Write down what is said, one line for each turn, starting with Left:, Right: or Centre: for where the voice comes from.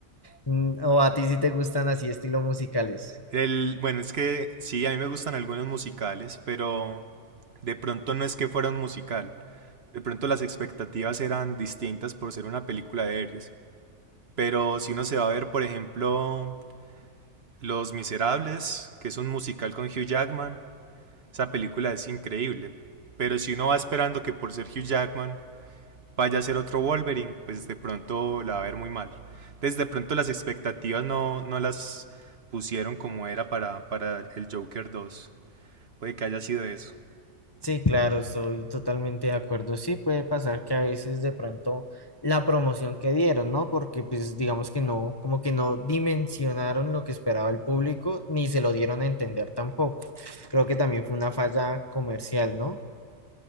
Left: Mm, ¿O a ti sí te gustan así estilos musicales?
Right: El, bueno, es que sí, a mí me gustan algunos musicales, pero de pronto no es que fuera un musical. De pronto las expectativas eran distintas por ser una película de héroes. Pero si uno se va a ver, por ejemplo, Los Miserables, que es un musical con Hugh Jackman, Esa película es increíble. Pero si uno va esperando que por ser Hugh Jackman vaya a ser otro Wolverine, pues de pronto la va a ver muy mal. Entonces de pronto las expectativas no, no las pusieron como era para, para el Joker dos Puede que haya sido eso.
Left: Sí, claro, estoy totalmente de acuerdo. Sí, puede pasar que a veces de pronto la promoción que dieron, ¿no? Porque pues digamos que no, como que no dimensionaron lo que esperaba el público, ni se lo dieron a entender tampoco. Creo que también fue una falla comercial, ¿no?